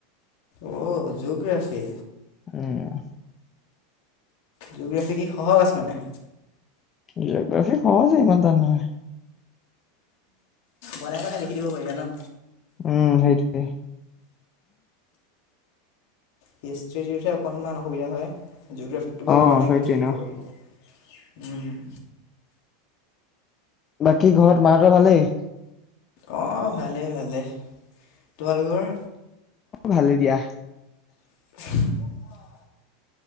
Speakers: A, on the left (about 65°); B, on the left (about 30°).
A: অ', জিঅ'গ্ৰাফি!
B: উম।
A: জিঅ'গ্ৰাফী কি সহজ মানে?
B: জিঅ'গ্ৰাফি সহজে, ইমান টান নহয়।
A: বনাই বনাই লিখি দিব পাৰি ন?
B: উম, হেইটোৱে।
A: হিষ্টৰীটোতহে অকনমান অসুবিধা হয়। জিঅ'গ্ৰাফীটো বাৰু
B: অ
A: বনাই
B: সেইটোৱে
A: কৰি লিখি
B: ন।
A: দিব পাৰি। উম।
B: বাকী ঘৰত মাহঁতৰ ভালেই?
A: অ', ভালেই ভালেই। তোমালোকৰ?
B: ভালে দিয়া।
A: <unintelligible>